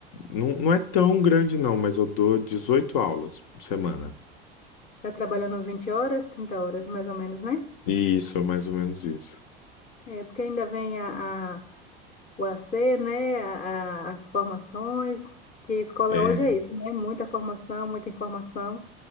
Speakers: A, on the left (about 60°); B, on the left (about 25°).
A: Não, não é tão grande, não, mas eu dou 18 aulas por semana.
B: Tá trabalhando 20 horas, 30 horas mais ou menos, né?
A: Isso, mais ou menos isso.
B: É, porque ainda vem a, a- o AC, né? a- a- as formações, que escola
A: É,
B: hoje é isso, né? Muita formação, muita informação.